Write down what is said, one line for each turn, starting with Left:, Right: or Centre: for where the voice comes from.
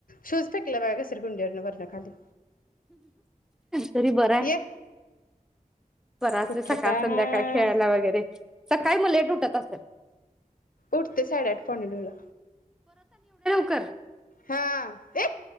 Left: शूज फेकल बघा घसर गुंडीवरन वरन खाली
Centre: तरी बरं
Left: ये
Centre: हाय रिकामा ऑडिओ <inaudible> स्वराज
Left: कुठलं
Centre: च सकाळ
Left: काय
Centre: संध्याकाळी खेळायला वगैरे सकाळी मग लेट उठत अस
Left: उठते साडेआठ पावणेनऊ ला
Centre: कर
Left: हा ए